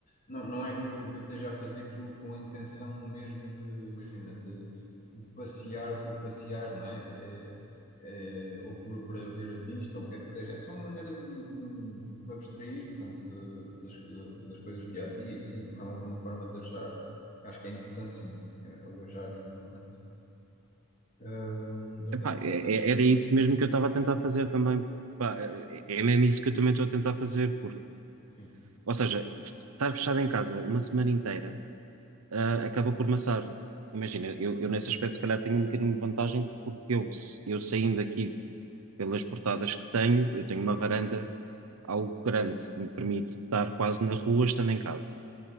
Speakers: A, on the left (about 35°); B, on the right (about 75°).
A: não, não é que eu, que eu esteja a fazer aquilo com a intenção mesmo de, imagina, de, de passear por passear, não é? É- é, ou por, para ver a vista, ou o que é que seja. É só uma maneira de, me- de, me de me abstrair, portanto, de- das, de- das coisas do dia a dia, assim, também é uma forma de ajar. Acho que é importante, sim. É, o ajar é importante. Ahm, relativamente.
B: Epá, é- é- era isso mesmo que eu estava a tentar fazer também. Pá, é é mesmo isso que eu também estou a tentar fazer, porque,
A: Sim,
B: ou seja, estar fechado em casa uma semana inteira, ah, acaba por maçar. Imagina, eu,
A: é verdade.
B: eu nesse aspecto se calhar tenho um bocadinho de vantagem, porque eu, eu saindo aqui pelas portadas que tenho, eu tenho uma varanda algo grande que me permite estar quase na rua estando em casa.